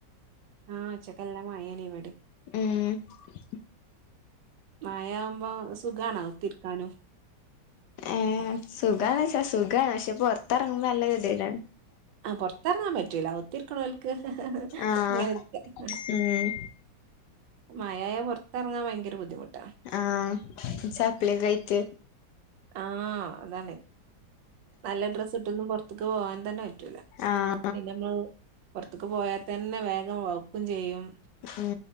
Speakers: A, on the right; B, on the left.
A: ആഹ ഉച്ചക്കെല്ലാം മായന്ഇവിടിം
B: ഉംഹും
A: മയ ആവുമ്പോ സുഖണോ ആ ഒവ് ത്തിരിക്കാനും
B: ഏ സുഖണച്ചാ സുഖണ്. പക്ഷെ പുറത്തിറങ്ങുമ്പോ നല്ല കതിടാണ്.
A: ആ പുറത്തിറങ്ങാൻ പറ്റൂല ഒത്തിരിക്കണോൽക്ക് ഹേ ഹെ
B: ആഹ്
A: ഇങ്ങനെ ഇരിക്ക.
B: ഉം
A: മഴയ യാ പോറ്ത്ത്റങ്ങാൻ ഭയങ്കര ബുദ്ധിമുട്ടാ
B: ആഹ ചാപ്പ്ലികേയ്റ്റ്
A: ആഹ അതാണ്. നല്ല ഡ്രസ്സ് ഇട്ട്ന്നും പുൊറ്ത്ത്ക്ക് പോകൻ തന്നെ പറ്റൂല
B: ആഹ
A: പിന്ന നമ്മള് പുറത്തക്ക് പോയാൽ തന്നെ വേഗം വഴ്ക്കും ചെയ്യും.
B: ഉം